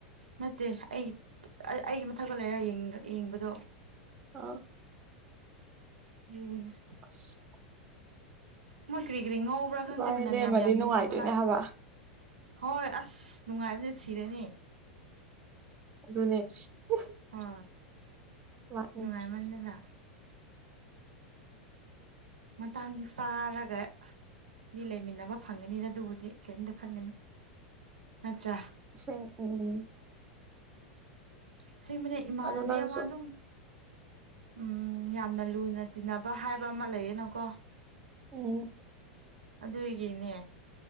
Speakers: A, on the right; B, on the right.
A: ꯅꯠꯇꯦ ꯑꯩ ꯑꯩꯒꯤ ꯃꯊꯛꯇ ꯂꯩꯔ ꯌꯦꯡꯕꯗꯣ
B: ꯑ
A: <inaudible>
B: ꯑꯁ
A: ꯃꯣꯏ ꯀꯔꯤ ꯀꯔꯤ ꯉꯧꯕ꯭ꯔꯥ ꯈꯪꯗꯦ
B: ꯏꯕꯥꯅꯤ
A: ꯃꯅꯝ
B: ꯂꯩꯔꯝꯃꯗꯤ
A: ꯌꯥꯝ ꯌꯥꯝ ꯅꯨꯡꯁꯤꯕ
B: ꯅꯨꯡꯉꯥꯏꯗꯣꯏꯅꯦ
A: ꯂꯥꯛꯑꯦ
B: ꯍꯥꯏꯕ
A: ꯍꯣꯏ ꯑꯁ ꯅꯨꯡꯉꯥꯏꯕꯅ ꯁꯤꯔꯅꯤ
B: ꯑꯗꯨꯅꯦ <inaudible>
A: ꯑ
B: ꯂꯥꯛꯅꯤꯡꯉꯤꯁꯦ
A: ꯅꯨꯡꯉꯥꯏꯃꯟꯗꯅ ꯃꯇꯥꯡ ꯆꯥꯔꯒ ꯃꯤ ꯂꯩꯃꯤꯟꯅꯕ ꯐꯪꯒꯅꯤꯗ ꯑꯗꯨꯕꯨꯗꯤ ꯀꯔꯤꯝꯇ ꯈꯟꯒꯅꯨ ꯅꯠꯇ꯭ꯔꯥ
B: ꯑꯁꯦꯡꯀꯤꯅꯦ
A: ꯑꯁꯦꯡꯕꯅꯦ ꯏꯃꯥꯟꯅꯕꯤ
B: ꯑꯗꯨ ꯅꯪꯁꯨ
A: ꯑꯃ ꯑꯗꯨꯝ ꯎꯝ ꯌꯥꯝꯅ ꯂꯨꯅ ꯇꯤꯟꯅꯕ ꯍꯥꯏꯕ ꯑꯃ ꯂꯩꯌꯦꯅꯀꯣ
B: ꯎꯝ
A: ꯑꯗꯨꯒꯤꯅꯦ